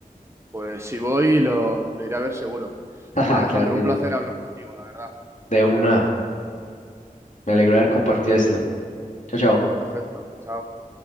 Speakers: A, on the right (about 15°); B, on the left (about 55°).
A: Pues si voy, lo, lo iré a ver seguro.
B: <laughs> Jaja,
A: Bueno, Alejandro,
B: Claro que
A: un
B: sí.
A: placer hablar contigo, la verdad.
B: De una, me alegro de haber compartido esto. Chao, chao.
A: Perfecto. Chao.